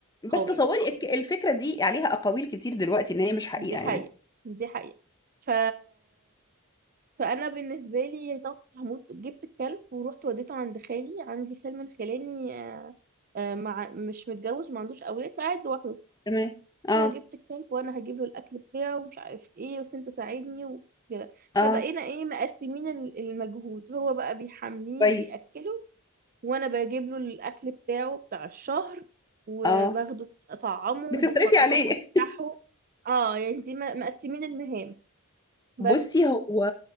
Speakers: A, on the right; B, on the left.
A: قويه
B: بس تصوري الك- الفكره دي عليها اقاويل كتير دلوقتي ان هي مش حقيقه
A: دي حقيقه
B: يعني
A: دي حقيقه ف فانا بالنسبه لي طبعا كنت هموت جبت الكلب ورحت وديته عند خالي عندي خال من خلاني آه، مع مش متجوز ما عندوش اولاد فقاعد لوحده
B: تمام اه
A: انا جبت الكلب وانا هجيب له الاكل بتاعه ومش عارف ايه بس انت ساعدني وكده
B: اه
A: فبقينا ايه مقسمين ال- المجهود هو بقى بيحميه
B: كويس
A: وبيأكله وانا بجيب له الاكل بتاعه بتاع الشهر وباخده
B: اه
A: اطعمه
B: بتصرفي
A: وبخرجه
B: عليه
A: افسحه
B: <laughs>
A: اه يعني دي م- مقسمين المهام بس
B: بصي هو